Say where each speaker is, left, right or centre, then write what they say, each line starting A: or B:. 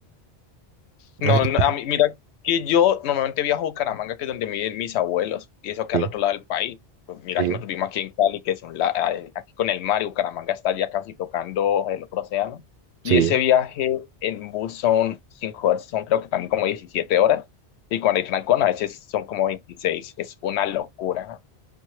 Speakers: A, on the left (about 85°); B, on the right (about 60°).
A: No,
B: No sé
A: no,
B: si-
A: a mí, mira que yo normalmente viajo a Bucaramanga, que es donde viven mis abuelos, y eso que
B: Sí,
A: al otro lado del país. Pues mira
B: sí,
A: que nosotros vivimos aquí en Cali, que es un la- eh, aquí con el mar, y Bucaramanga está ya casi tocando el otro océano.
B: sí.
A: Y ese viaje en bus son cinco horas, son creo que también como 17 horas, y cuando hay trancón a veces son como veintiséis es una locura.